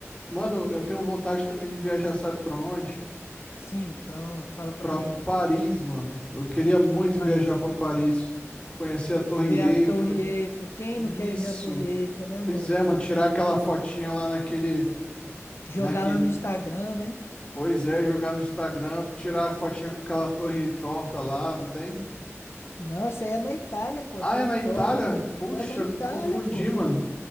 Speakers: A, on the left; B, on the left.
A: Mano, eu tenho vontade também de viajar, sabe pra onde?
B: Sim, pra onde? Fala pra
A: Pra
B: mim.
A: Paris, mano. Eu queria muito
B: Paris.
A: viajar pra Paris, conhecer a Torre
B: Ver
A: Eiffel.
B: a Torre Eiffel. Quem
A: Isso.
B: não quer ir ver a Torre Eiffel, né,
A: Pois
B: mano?
A: é, mano, tirar aquela fotinha lá naquele,
B: Jogar
A: naquele
B: lá no Instagram, né?
A: Pois é, jogar no Instagram, tirar a fotinha com aquela torre torta lá, não tem?
B: Não, isso aí é na Itália, pô.
A: Ah,
B: Torre
A: é na
B: Torta.
A: Itália? Puxa,
B: É na Itália,
A: me confundi,
B: pô.
A: mano.